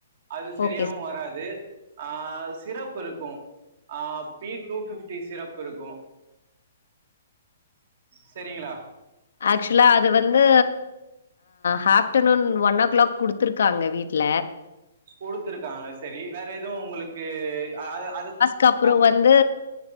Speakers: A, on the right (about 50°); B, on the left (about 80°).
A: அது சரியாவு
B: ஓகே
A: வராது ஆ சிரப் இருக்கு ஆ பி டூ பிப்டி சிரப் இருக்கு சரிங்ளா
B: ஆக்சுலா அது வந்து ஹாப்டர்நூன் ஒன் ஓ கிளாக் குடுத்துருக்காங்க வீட்ல
A: குடுத்துருக்காங்க செரி வேற எதூ உங்களுக்கு அது அது
B: கப்ரோ
A: ஆ
B: வந்து